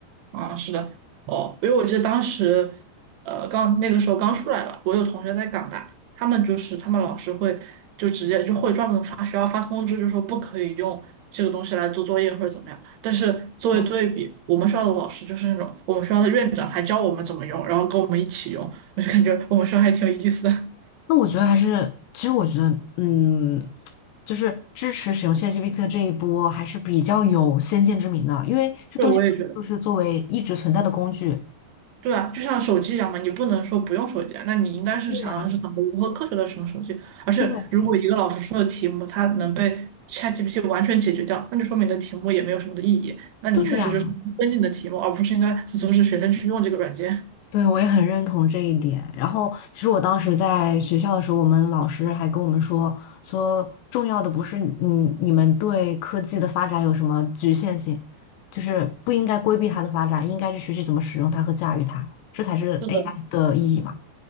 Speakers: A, on the right (about 70°); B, on the left (about 80°).
A: 啊，是的，哦，因为我记得当时，呃，刚那个时候刚出来吧，我有同学在港大，他们就是他们老师会就直接就会专门发学校发通知，就说不可以用这个东西来做作业或者怎么样。但是作为对比，
B: 嗯，
A: 我们学校的老师就是那种我们学校的院长还教我们怎么用，然后跟我们一起用，我就感觉我们学校还挺有意思的。
B: 那我觉得还是，其实我觉得，嗯，就是支持使用 c h a t 这一波还是比较有先见之明的，因为这东西就是作为一直存在的工具。
A: <laughs> 对，我也觉得。对啊，就像手机一样嘛，你不能说不用手机啊那你应该是想的是怎么如何科学的使用手机。
B: 对呀，
A: 而且，
B: 对
A: 如果一个老师出的题目，它能被 ChatGPT 完全解决掉，那就说明你的题目也没有什么的意义。那你确实就是跟进你的题目，
B: 对呀，
A: 而不是应该阻止学生去用这个软件。
B: 对，我也很认同这一点。然后，其实我当时在学校的时候，我们老师还跟我们说，说重要的不是嗯，你们对科技的发展有什么局限性，就是不应该规避它的发展，应该去学习怎么使用它和驾驭它，这才是
A: 是的。
B: AI 的意义嘛。